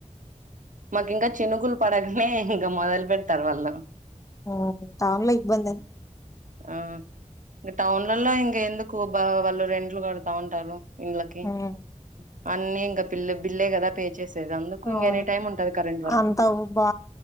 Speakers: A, on the right; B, on the left.
A: మాకు ఇంకా చినుకులు పడగానే ఇంకా మొదలు పెడతారు వాళ్ళు
B: ఆ టాన్లో ఇబ్బందం
A: ఆ ఇంకా టోన్లల్లో ఇంక ఎందుకు వాళ్ళు రెంట్లు కడతా ఉంటారు ఇళ్ళకి
B: హ్మ్. హ్మ్.
A: అన్నీ ఇంకా పిల్ల బిల్లే కదా పే చేసేది అందుకు
B: అవును
A: ఇంక ఎనీ టైమ్ ఉంటది కరెంట్ వాళ్ళకు
B: అంతా బా